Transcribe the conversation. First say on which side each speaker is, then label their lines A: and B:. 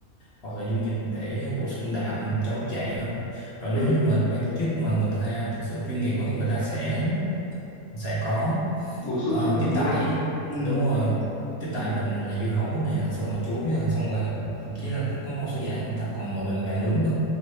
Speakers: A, on the left; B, on the left.
A: hoặc là dung dịch để bổ sung đạm trong lúc chạy hơn rồi
B: ừ
A: nếu như mà ban tổ chức mà người ta thật sự chuyên nghiệp á người ta sẽ sẽ có
B: bổ sung
A: Ờ,
B: cho mình
A: tiếp
B: đúng
A: đãi
B: không ừ
A: đúng rồi tiếp đãi mình là dưa hấu nè xong rồi chuối nè xong rồi thậm chí là có một số giảng người ta còn mời mình gà nướng nữa